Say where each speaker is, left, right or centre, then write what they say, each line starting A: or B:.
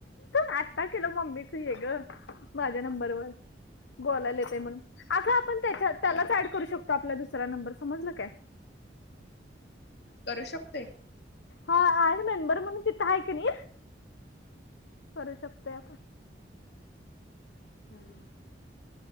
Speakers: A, on the left (about 80°); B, on the left (about 65°).
A: आत्ता केलं मम्मीच हे ग माझ्या नंबरवर बोलायला येतय म्हणून आग आपण त्याच्या त्यालाच ऍड करू शकतो आपला दुसरा नंबर समजला काय?
B: करू शकतोय?
A: हा मेंबर म्हणून तिथं हाय कनी. करू शकतोय आपण
B: हम्म